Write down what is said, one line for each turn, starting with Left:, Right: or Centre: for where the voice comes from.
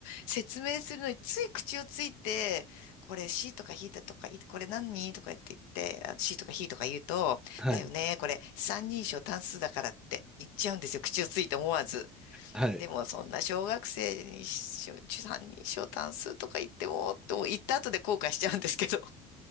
Left: 説明するのについ口をついて、これ C とか H だとか、いこれ何とか言って言って、あ C とか H とか言うと、
Centre: はい。
Left: だよね、これ三人称単数だからって言っちゃうんですよ。口をついて思わず。
Centre: はい。
Left: でもそんな小学生にしょ三人称単数とか言っても、と言った後で後悔しちゃうんですけど、